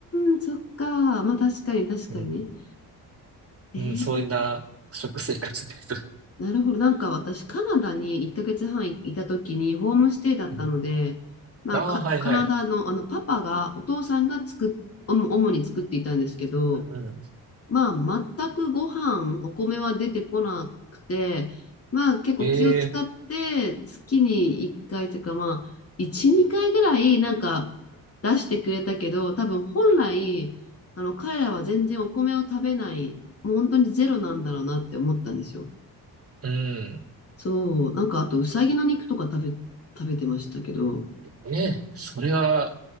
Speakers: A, on the left; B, on the right.
A: ーん、そっか。まあ確かに確かに。
B: うん。
A: えー
B: うん、そんな食生活です。
A: なるほど。なんか私、カナダに1ヶ月半いいた時にホームステイだったので、
B: うん
A: まあ、
B: ああ、
A: カカナダの、
B: はいはい。
A: あのパパが、お父さんが作っ、おも主に作っていたんですけど、
B: うんうん。
A: まあ、全くご飯、お米は出てこなくて、まあ、結構気を使って、
B: ええ、
A: 月に1回というか、まあ、1、2回ぐらい、なんか、出してくれたけど、多分本来、あの、彼らは全然お米を食べない、もう本当にゼロなんだろうなって思ったんですよ。
B: うん。
A: そう、なんかあと、うさぎの肉とか食べ、食べてましたけど、
B: ね、え、それは、